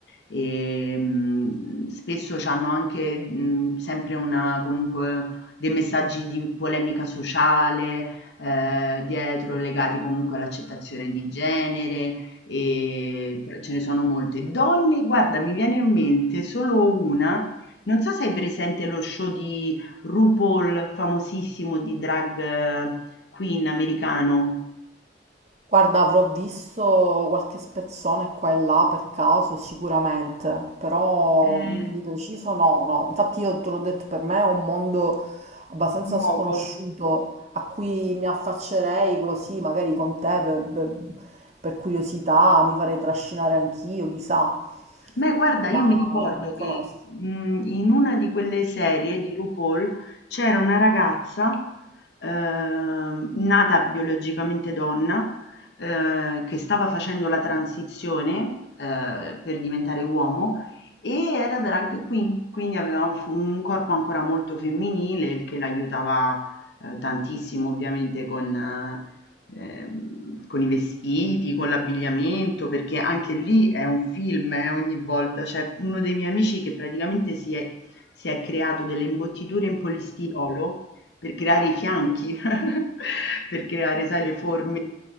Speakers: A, on the left (about 70°); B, on the right (about 35°).
A: E, mhmm, spesso c'hanno anche, mhmm, sempre una comunque dei messaggi di polemica sociale, ehm, dietro legati comunque all'accettazione di genere, ehm, però ce ne sono molte. Donne, guarda, mi viene in mente solo una, non so se hai presente lo show di RuPaul, famosissimo di drag eh, queen americano.
B: Guarda, avrò visto qualche spezzone qua e là per caso, sicuramente, però
A: Mh,
B: mm, di preciso no, no. Infatti io te l'ho detto, per me è un mondo abbastanza
A: nuovo.
B: sconosciuto a cui mi affaccerei così, magari con te, per, per- per curiosità, mi farei trascinare anch'io, chissà,
A: Beh, guarda,
B: ma
A: io mi ricordo
B: non conosco.
A: che mh, in una di quelle serie di RuPaul c'era una ragazza ehm, nata biologicamente donna eh, che stava facendo la transizione eh, per diventare uomo e era drag queen, quindi aveva un, un corpo ancora molto femminile, il che l'aiutava eh, tantissimo ovviamente con, eh, Ehm, con i vestiti, con l'abbigliamento, perché anche lì è un film, eh, ogni volta. C'è uno dei miei amici che praticamente si è, si è creato delle imbottiture in polistirolo per creare i fianchi, <laughs> per creare, sai, le forme